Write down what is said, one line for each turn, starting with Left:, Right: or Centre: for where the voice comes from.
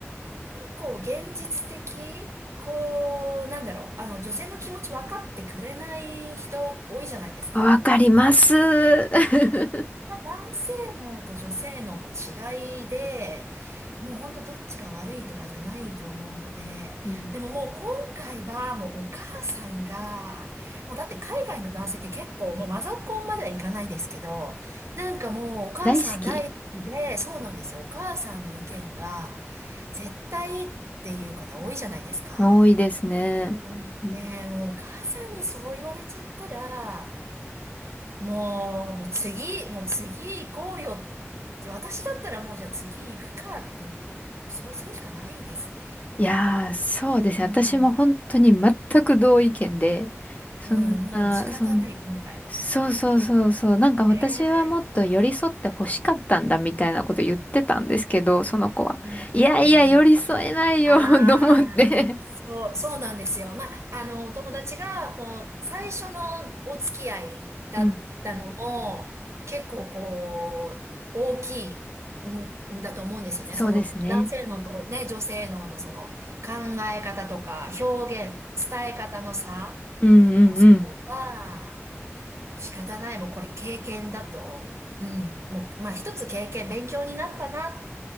Right: 構現実的、こう、なんだろう、あの、女性の気持ち分かってくれない人多いじゃないですか。
Left: わかります。<laughs>
Right: まあ男性脳と女性脳の違いで、もう本当どっちが悪いとかじゃないと思うので、
Left: うん。
Right: でももう今回はもうお母さんが、もうだって海外の男性って結構もうマザコンまではいかないですけど、なんかもうお母さん大好きで、
Left: 大好き。
Right: そうなんですよ。お母さんの意見が絶対っていう方多いじゃないですか。
Left: 多いですね。
Right: うんねえ、
Left: うん。
Right: もうお母さんにそう言われちゃったら、もう、もう次、もう次行こうよって、私だったらもうじゃあ次行くかって、そうするしかないですね。
Left: いやー、そうですね。
Right: うん。
Left: 私も本当に全く同意見で、そんな、
Right: うん、もう仕方ない、
Left: そん
Right: 今回は。
Left: そうそうそうそう。なんか私はもっと寄り添って欲しかったんだみたいなこと言ってたんですけど、
Right: ね
Left: その子は。
Right: え。うん。
Left: いやいや、寄り添えないよ
Right: ああ、
Left: <laughs> と思って。
Right: そう、そうなんですよ。まあ、あの、お友達が、こう、最初のお付き合いだったのも、
Left: うん。
Right: 結構こう、大きいんんだと思うんですよね。
Left: そうですね。
Right: その、男性のとね、女性ののその、考え方とか、表現の伝え方の差、
Left: うんうん
Right: もうそこは、仕方ない、もうこれ経験だと、うん、もう、まあ一つ経験、勉強になったな